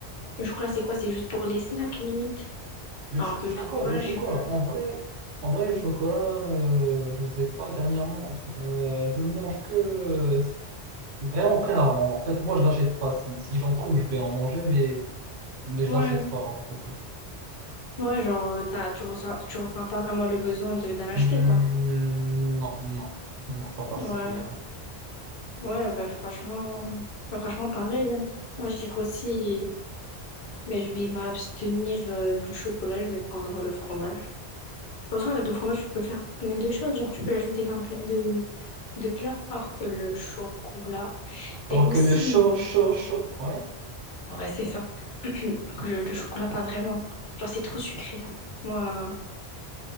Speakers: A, on the left; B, on the right.
A: Le chocolat, c'est quoi? C'est juste pour les snacks, limite.
B: Le,
A: Alors
B: ch- le
A: que
B: chocolat,
A: le fromage,
B: le chocolat.
A: euh,
B: En vrai, en vrai, le chocolat, euh, je sais pas, dernièrement, euh, je le mange que euh, vraiment très rarement. En fait, moi, je l'achète pas. Si, si j'en trouve, je vais en manger, mais, mais je
A: ouais.
B: l'achète pas en tout cas.
A: Ouais, genre, euh, t'as, tu ressens, tu ressens pas vraiment le besoin de, d'en acheter,
B: Hum,
A: quoi.
B: non, non, non, pas particulièrement.
A: Ouais. Ouais, bah franchement, bah franchement pareil. hein. Moi, je dirais aussi, ben je vais m'abstenir euh, du chocolat, je vais prendre le fromage. De toute façon, avec le fromage, tu peux faire plein de choses. Genre, tu peux l'ajouter dans plein de, de plats. Alors que le chocolat,
B: Alors
A: ben aussi,
B: que le chaud,
A: mais-
B: chaud, chaud, ouais,
A: ouais, c'est ça. <clears throat> Que Le, le chocolat, pas vraiment. Genre, c'est trop sucré. Moi,